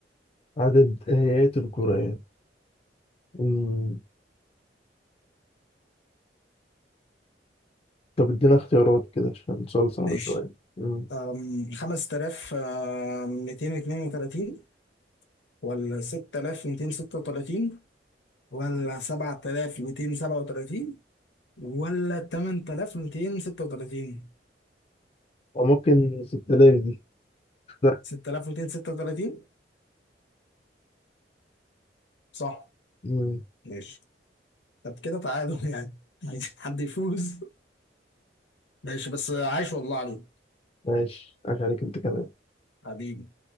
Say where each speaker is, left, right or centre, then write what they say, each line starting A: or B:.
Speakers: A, on the left; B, on the left.
A: عدد آيات القرآن مم، طب ادينا اختيارات كده عشان سؤال صعب
B: ماشي
A: شوية مم،
B: أم، 5232 ولا 6236 ولا 7237 ولا 8236
A: أو ممكن 6000 دي <laughs>
B: 6236 صح
A: مم،
B: ماشي طب كده تعادل يعني <laughs> عايز حد يفوز ماشي بس عايش والله عليك
A: ماشي عاش عليك أنت كمان
B: حبيبي